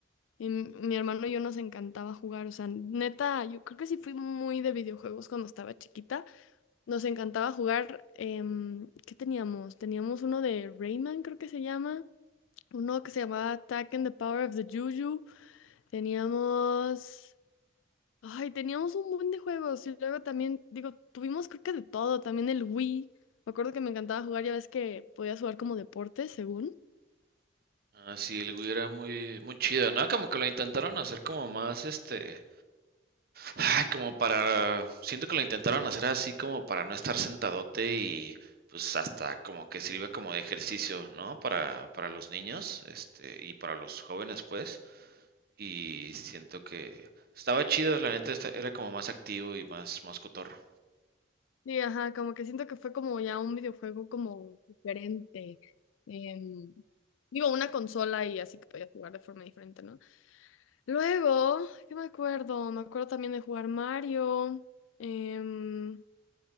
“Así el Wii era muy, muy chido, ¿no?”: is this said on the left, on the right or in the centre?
Right